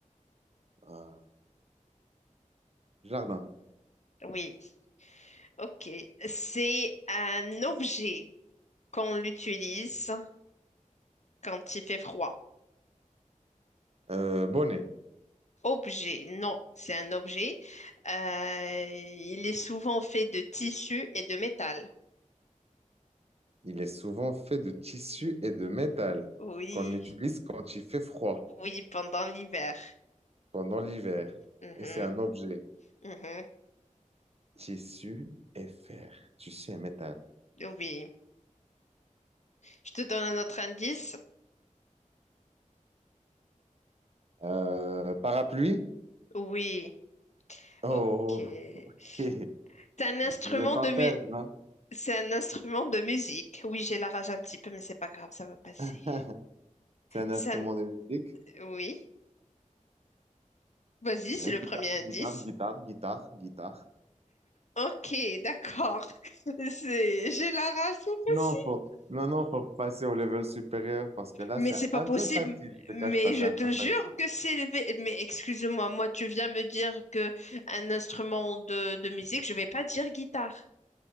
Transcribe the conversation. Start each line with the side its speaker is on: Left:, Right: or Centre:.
Right: euh, jardin,
Left: Oui, ok. C'est un objet qu'on l'utilise quand il fait froid.
Right: Euh, bonnet.
Left: Objet, non, c'est un objet. Euh, il est souvent fait de tissu et de métal.
Right: Il est souvent fait de tissu et de métal
Left: Oui.
Right: qu'on utilise quand il fait froid
Left: Oui, pendant l'hiver.
Right: pendant l'hiver.
Left: Mhm,
Right: Et c'est un objet.
Left: mhm.
Right: Tissu et fer. Tissu et métal.
Left: Oui. Je te donne un autre indice.
Right: Euh, parapluie?
Left: Oui.
Right: Oh,
Left: Ok. C'est
Right: ok.
Left: un instrument
Right: Je vais pas
Left: de
Right: perdre,
Left: mu-
Right: hein.
Left: C'est un instrument de musique. Oui, j'ai la rage un petit peu, mais c'est pas grave, ça va passer.
Right: <laughs> C'est un instrument
Left: C'est un-
Right: de musique.
Left: Oui. Vas-y, c'est
Right: Euh,
Left: le premier
Right: guitare,
Left: indice.
Right: guitare, guitare, guitare, guitare.
Left: Ok, d'accord. <laughs> C'est... J'ai la rage moi
Right: Non,
Left: aussi.
Right: faut, non, non, faut passer au level supérieur parce que là,
Left: Mais
Right: c'est
Left: c'est pas
Right: un
Left: possible.
Right: peu facile. Je
Left: Mais
Right: te cache pas, c'est
Left: je
Right: un
Left: te
Right: peu
Left: jure
Right: facile.
Left: que c'est le vé- Mais excuse-moi, moi tu viens me dire que un instrument de, de musique, je vais pas dire guitare.